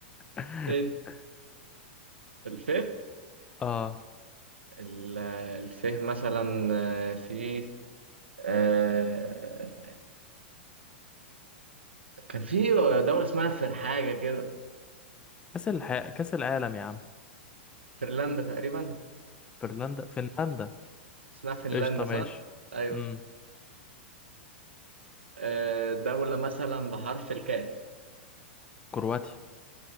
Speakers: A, on the left; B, on the right.
A: <laughs>
B: ادي
A: <laughs>
B: الفيه
A: آه
B: ال- الفيه مثلا آه، في آه، كان في دولة اسمها فر حاجة كده
A: كأس الح... كأس العالم يا عم
B: فنلندا تقريبا
A: فنلندا فنلندا
B: اسمها فنلندا
A: قشطة
B: صح؟
A: ماشي
B: أيوه
A: امم
B: آه، دولة مثلا بحرف الكاف
A: كرواتيا